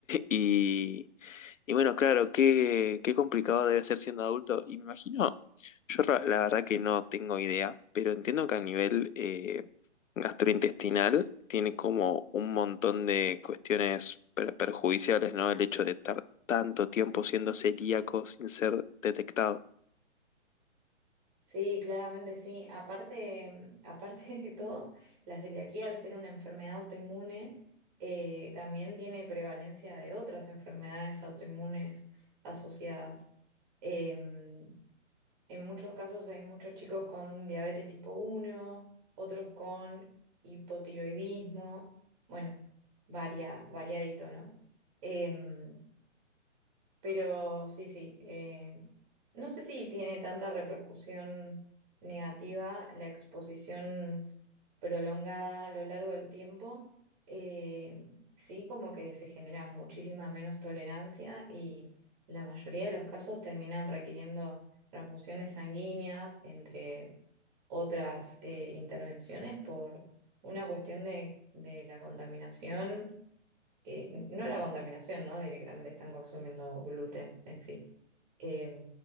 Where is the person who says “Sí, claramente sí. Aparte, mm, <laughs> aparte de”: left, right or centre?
Right